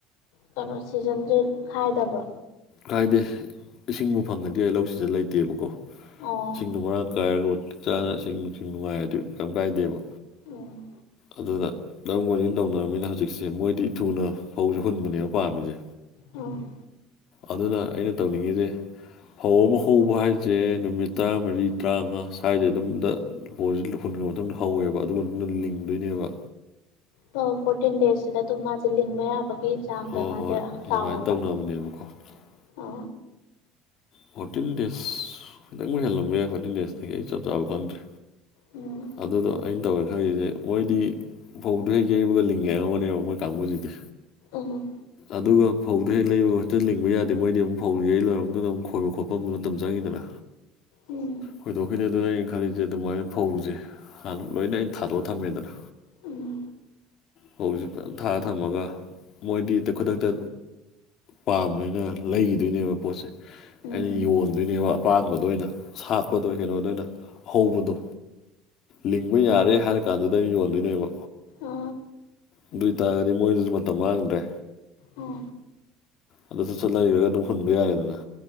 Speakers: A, on the left; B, on the left.
A: ꯀꯩꯅꯣ ꯁꯤꯖꯟꯁꯦ ꯈꯥꯏꯗꯕ꯭ꯔꯣ
B: ꯀꯥꯏꯗꯦ ꯏꯁꯤꯡꯕꯨ ꯐꯪꯉꯥꯗꯤ ꯌꯥꯏ ꯂꯧꯁꯤꯗ ꯂꯩꯇꯦꯕꯀꯣ
A: ꯑꯣ
B: ꯏꯁꯤꯡꯗꯣ ꯃꯔꯥꯡ ꯀꯥꯏꯔꯒ ꯃꯇꯤꯛ ꯆꯥꯅ ꯏꯁꯤꯡ ꯅꯨꯡꯁꯤꯡ ꯅꯨꯡꯉꯥꯏꯔꯗꯤ ꯀꯝ ꯀꯥꯏꯗꯦꯕ
A: ꯎꯝ
B: ꯑꯗꯨꯅ <unintelligible> ꯇꯧꯅꯔꯕꯝꯃꯤꯅ ꯍꯧꯖꯤꯛꯁꯦ ꯃꯣꯏꯗꯤ ꯊꯨꯅ ꯐꯧꯁꯦ ꯍꯨꯟꯕꯁꯤꯅꯦ ꯄꯥꯝꯃꯤꯁꯦ
A: ꯎꯝ
B: ꯑꯗꯨꯅ ꯑꯩꯅ ꯇꯧꯅꯤꯡꯉꯤꯁꯦ ꯐꯧ ꯑꯃ ꯍꯧꯕ ꯍꯥꯏꯁꯦ ꯅꯨꯃꯤꯠ ꯇꯔꯥꯃꯔꯤ ꯇꯔꯥꯃꯉꯥ ꯁ꯭ꯋꯥꯏꯗ ꯑꯗꯨꯝꯗ ꯐꯧꯖꯦ ꯍꯨꯟꯒ꯭ꯔꯥ ꯃꯇꯨꯡꯗ ꯍꯧꯋꯦꯕ ꯑꯗꯨꯒ ꯂꯤꯡꯗꯣꯏꯅꯦꯕ
A: ꯐꯣꯔꯇꯤꯟ ꯗꯦꯖꯁꯤꯗ ꯑꯗꯨꯝ ꯃꯥꯁꯦ ꯂꯤꯡꯕ ꯌꯥꯕꯒꯤ ꯆꯥꯡꯗ
B: ꯍꯣꯏ
A: ꯃꯥꯁꯦ
B: ꯍꯣꯏ
A: ꯆꯥꯎꯋꯦꯕ
B: <unintelligible>
A: ꯑ
B: ꯐꯣꯔꯇꯤꯟ ꯗꯦꯖ ꯈꯤꯇꯪꯕꯨ ꯍꯦꯜꯂꯝꯕ ꯌꯥꯏ ꯐꯣꯔꯇꯤꯟ ꯗꯦꯖꯇꯒꯤ ꯑꯩ ꯆꯞ ꯆꯥꯕ ꯈꯪꯗ꯭ꯔꯦ
A: ꯎꯝ
B: ꯑꯗꯨꯗꯣ ꯑꯩꯅ ꯇꯧꯒꯦ ꯈꯜꯂꯤꯁꯦ ꯃꯣꯏꯗꯤ ꯐꯧꯗꯨ ꯍꯦꯛ ꯌꯩꯕꯒ ꯂꯤꯡꯒꯦ ꯍꯥꯕꯅꯦꯕ ꯃꯣꯏ ꯀꯥꯡꯕꯨꯁꯤꯗꯤ
A: ꯎꯝ
B: ꯑꯗꯨꯒ ꯐꯧꯗꯨ ꯍꯦꯛ ꯂꯩꯕꯒ ꯍꯦꯛꯇ ꯂꯤꯡꯕ ꯌꯥꯗꯦ ꯃꯣꯏꯗꯤ ꯑꯃꯨꯝ ꯐꯧ ꯌꯩ ꯂꯣꯏꯍꯧꯗꯗꯅ ꯑꯃꯨꯛ ꯈꯣꯏꯕ ꯈꯣꯠꯄ ꯑꯃꯁꯨ ꯃꯇꯝ ꯆꯪꯉꯤꯗꯅ
A: ꯎꯝ
B: ꯈꯣꯏꯗꯣꯛꯈꯤꯅꯦ ꯑꯗꯨꯅ ꯑꯩꯅ ꯈꯜꯂꯤꯁꯦ ꯑꯗꯨꯃꯥꯏꯅ ꯐꯧꯁꯦ ꯍꯥꯟ ꯂꯣꯏꯅ ꯑꯩꯅ ꯊꯥꯗꯣꯛꯑ ꯊꯝꯃꯦꯗꯅ
A: ꯎꯝ
B: ꯐꯧꯖꯦ ꯐꯖꯅ ꯊꯥꯔ ꯊꯝꯃꯒ ꯃꯣꯏꯗꯤ ꯍꯦꯛꯇ ꯈꯨꯗꯛꯇ ꯄꯥꯝꯅꯤꯅ ꯂꯩꯈꯤꯗꯣꯏꯅꯦꯕ ꯄꯣꯠꯁꯦ
A: ꯎꯝ
B: ꯑꯩꯅ ꯌꯣꯟꯗꯣꯏꯅꯦꯕ ꯑꯄꯥꯟꯕꯗꯣ ꯑꯣꯏꯅ ꯁꯥꯠꯄꯗꯣ ꯀꯩꯅꯣꯗ ꯑꯣꯏꯅ ꯑꯍꯧꯕꯗꯣ ꯂꯤꯡꯕ
A: ꯎꯝ
B: ꯌꯥꯔꯦ ꯍꯥꯏꯔ ꯀꯥꯟꯗꯨꯗ ꯌꯣꯟꯗꯣꯏꯅꯦꯕ
A: ꯑ
B: ꯑꯗꯨꯏꯇꯥꯔꯒꯗꯤ ꯃꯣꯏꯗꯁꯨ ꯃꯇꯝ ꯃꯥꯡꯗ꯭ꯔꯦ
A: ꯑꯣ
B: ꯑꯗꯨ ꯁ ꯆꯠ ꯂꯩꯔꯒ ꯑꯗꯨꯝ ꯍꯨꯟꯕ ꯌꯥꯏꯗꯅ